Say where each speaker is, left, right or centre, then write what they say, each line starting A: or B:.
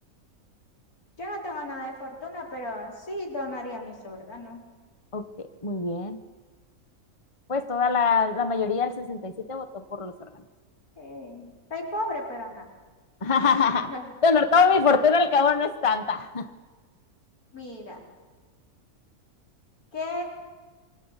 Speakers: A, on the left (about 80°); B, on the left (about 25°).
A: yo no tengo nada de fortuna, pero sí donaría mis órganos.
B: Ok, muy bien. Pues toda la, la mayoría, el 67 votó por los órganos.
A: Eh, Soy pobre, pero ajá.
B: <laughs>
A: <laughs>
B: Bueno, toda mi fortuna al cabo no es tanta.
A: Mira, ¿qué,